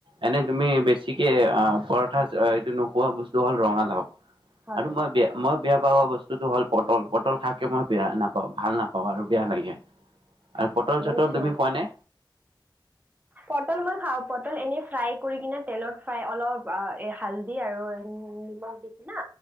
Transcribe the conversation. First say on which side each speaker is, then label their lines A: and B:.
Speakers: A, on the right (about 80°); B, on the right (about 20°).
A: এনে তুমি বেছিকে পৰঠা এইটো নোখোৱা বস্তু হ'ল ৰঙালাউ।
B: হয়
A: আৰু মই বেয়া মই। বেয়া পোৱা বস্তুটো হ'ল পটল পটল খাইকে মই বেয়া নাপাওঁ? ভাল নাপাওঁ আৰু বেয়া লাগে।
B: উম,
A: আৰু পটল চটল
B: মানে কিয়
A: তুমি খোৱা নে।
B: পটল মই খাওঁ পটল এনেই ফ্ৰাই কৰি কিনে তেলত ফ্ৰাই অলপ হালধি আৰু নিমখ দি কিনা।